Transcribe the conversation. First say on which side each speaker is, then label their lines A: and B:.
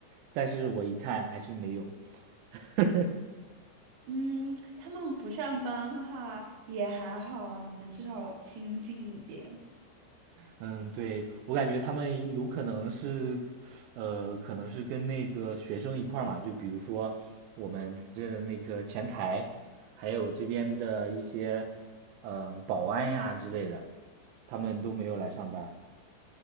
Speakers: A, on the right (about 85°); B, on the right (about 65°).
A: 但是我一看还是没有，<laughs>
B: 嗯，他们不上班的话也还好啊，你们至少清静一点。
A: 嗯，对，我感觉他们有可能是，呃，可能是跟那个学生一块儿嘛，就比如说我们这那个前台，还有这边的一些，嗯、保安呀之类的，他们都没有来上班，